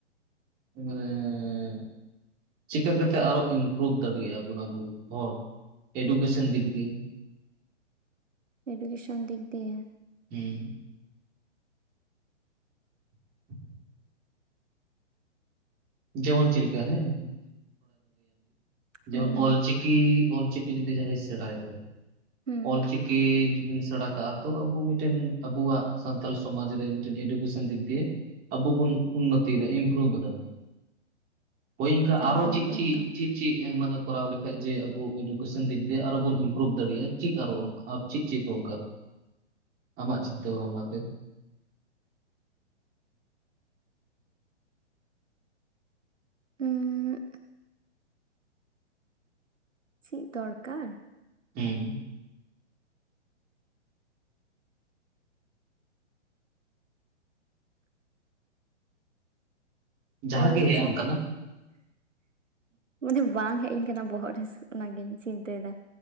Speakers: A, on the right; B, on the right.
A: ᱢᱟᱱᱮ ᱪᱤᱠᱟᱹ ᱠᱟᱛᱮᱫ ᱟᱨᱚ ᱤᱢᱯᱨᱩᱵᱷ ᱫᱟᱲᱮᱭᱟᱜᱼᱟ ᱵᱚᱱ ᱟᱵᱚ ᱦᱚᱲ? ᱮᱰᱩᱠᱮᱥᱚᱱ ᱫᱮᱠ ᱫᱤᱭᱟᱹ
B: ᱮᱰᱩᱠᱮᱥᱚᱱ ᱫᱤᱠ ᱫᱤᱭᱮ
A: ᱦᱮᱸ <inaudible> ᱡᱮᱢᱚᱱ ᱪᱮᱫ ᱞᱮᱠᱟ ᱦᱮᱸ
B: ᱦᱩᱸ
A: <unintelligible>
B: ᱦᱩᱸ
A: ᱚᱞᱪᱤᱠᱤ ᱡᱩᱫᱤ ᱡᱟᱦᱟᱸᱭ ᱥᱮᱬᱟᱭᱮᱫᱟ
B: ᱦᱩᱸ
A: ᱚᱞᱪᱤᱠᱤ ᱡᱩᱫᱤᱢ ᱥᱮᱬᱟ ᱠᱟᱜᱼᱟ ᱛᱚ ᱟᱵᱚ ᱢᱤᱫᱴᱮᱱ ᱟᱵᱚᱣᱟᱜ ᱥᱟᱱᱛᱟᱞ ᱥᱚᱢᱟᱡᱽ ᱨᱮ ᱢᱤᱫᱴᱮᱱ <unintelligible> ᱫᱤᱠ ᱫᱤᱭᱮ ᱟᱵᱚ ᱵᱚᱱ ᱩᱱᱱᱚᱛᱤᱭᱮᱫᱟ ᱤᱯᱨᱩᱵᱷ ᱮᱫᱟ᱾ ᱦᱳᱭ ᱤᱱᱠᱟ
B: ᱮᱠᱫᱚᱢ
A: ᱟᱨᱚ ᱪᱮᱫ ᱪᱮᱫ
B: ᱮᱠᱫᱚᱢ
A: ᱪᱮᱫ ᱪᱮᱫ ᱢᱟᱱᱮᱼᱼ ᱠᱚᱨᱟᱣ ᱞᱮᱠᱷᱟᱡ ᱡᱮ ᱟᱵᱚ ᱮᱰᱩᱠᱮᱥᱚᱱ ᱫᱤᱠ ᱫᱤᱭᱮ ᱟᱨᱚ ᱵᱚᱱ ᱤᱢᱯᱨᱩᱵᱷ ᱫᱟᱲᱮᱭᱟᱜᱼᱟ ᱪᱮᱫ ᱟᱨᱚ ᱪᱮᱫ ᱪᱮᱫ ᱫᱚᱨᱠᱟᱨ ᱟᱢᱟᱜ ᱪᱤᱱᱛᱟᱹ ᱵᱷᱟᱵᱽᱱᱟᱛᱮ᱾
B: <inaudible> ᱦᱮᱸ ᱪᱮᱫ ᱫᱚᱨᱠᱟᱨ?
A: ᱦᱮᱸ ᱡᱟᱦᱟᱸᱜᱮ
B: ᱚᱞᱪᱤᱠᱤ
A: <unintelligible>
B: ᱢᱟᱱᱮ ᱵᱟᱝ ᱦᱮᱡᱤᱧ ᱠᱟᱱᱟ ᱵᱚᱦᱚᱜ ᱨᱮ ᱚᱱᱟᱜᱤᱧ ᱪᱤᱱᱛᱟᱹᱭᱮᱫᱟ᱾